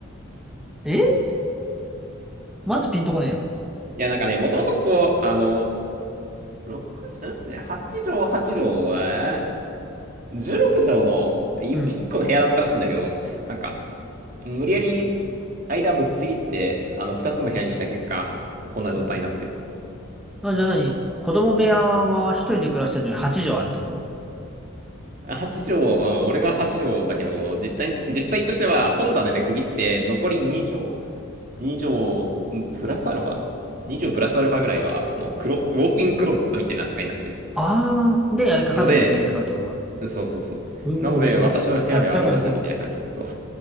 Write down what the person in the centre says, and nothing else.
えまずピンとこねえや。
うん。
うん。あ、じゃあ何子供部屋は一人で暮らしてるのに8畳あるってこと
ああー、で、あれか家族が全員使うってことか。
うん、
面白い。
あ、だからそうか。